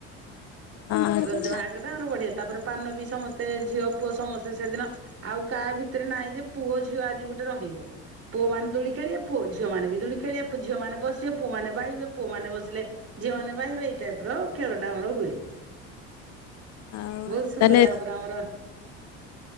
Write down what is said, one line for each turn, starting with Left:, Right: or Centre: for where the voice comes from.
Left: ଆଚ୍ଛା
Right: ରଜ ବାହାଘର ଆମର ବଢି଼ଆ ତାପରେ ପାନ ବି ସମସ୍ତେ ଝିଅ ପୁଅ ସମସ୍ତେ ସେଦିନ ଆଉ କାହା ଭିତରେ ନାହିଁ ଯେ ପୁଅ ଝିଅ ଆଜି ଗୋଟେ ରହିବ। ପୁଅ ମାନ ଦୁଳି ଖେଳିବା ପୁଅ ଝିଅ ମାନ ବି ଦୁଳି ଖେଳିବା ଝିଅ ମାନେ ବସିବେ। ପୁଅ ମାନ ବାହିବେ ପୁଅ ମାନ ବସିଲେ ଝିଅ ମାନ ବାହିବେ ଏଇ ଟାଇପ ର ଖେଳ ଟା ଆମର ହୁଏ।
Left: ଆଉ
Right: ବହୁତ ସୁନ୍ଦର
Left: ତାହେଲେ
Right: ଭାବରେ ଆମର